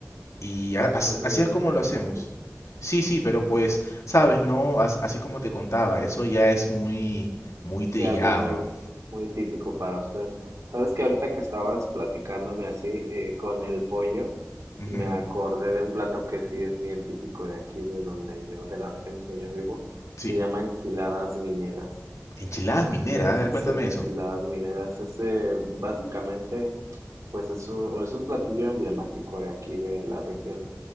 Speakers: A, on the left; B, on the right.
A: Y a- as-
B: Suena
A: así
B: bien
A: es como
B: interesante.
A: lo hacemos. Sí, sí, pero pues, sabes, no, As- así como te contaba, eso ya es muy, muy trillado.
B: Sí, algo muy, muy típico para ustedes. Sabes que ahorita que estabas platicándome así eh, con el pollo,
A: Ujú,
B: me acordé de un plato que sí es bien típico de aquí, de donde yo, de la región donde yo vivo.
A: Sí,
B: Se llama enchiladas mineras.
A: enchiladas mineras,
B: Es,
A: a ver,
B: sí,
A: cuéntame
B: enchiladas
A: eso.
B: mineras. Ese básicamente, pues es un, es un platillo emblemático de aquí, de la región.